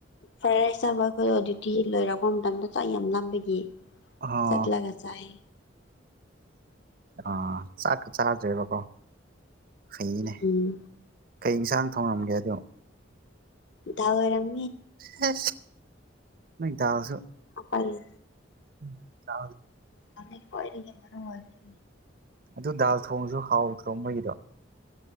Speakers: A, on the left; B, on the right.
A: ꯐꯔꯦ ꯆꯥꯕ ꯑꯩꯈꯣꯏꯗꯣ ꯗ꯭ꯌꯨꯇꯤ ꯂꯣꯏꯔꯛꯄ ꯃꯇꯝꯗ ꯆꯥꯛ ꯌꯥꯝ ꯂꯝꯕꯒꯤ
B: ꯑꯣ
A: ꯆꯠꯂꯒꯁꯑ
B: ꯑꯥ ꯆꯥꯛ ꯆꯥꯦꯕꯀꯣ ꯍꯩꯅꯦ
A: ꯎꯝ
B: ꯀꯩ ꯏꯟꯁꯥꯡ ꯊꯣꯡꯉꯝꯒꯦ ꯑꯗꯣ
A: ꯊꯗꯥ ꯑꯣꯏꯔꯝ
B: ꯅ ꯆꯁꯨ
A: ꯑꯗꯤ
B: ꯎꯝ ꯆ
A: ꯑꯔꯦ ꯃꯔꯔꯝ ꯑꯣꯏꯏꯔꯁꯤ
B: ꯑꯗꯨ ꯗꯥꯜ ꯊꯣꯡꯁꯨ ꯍꯥꯎꯗ꯭ꯔꯣꯡ ꯃꯣꯏꯒꯤꯗꯣ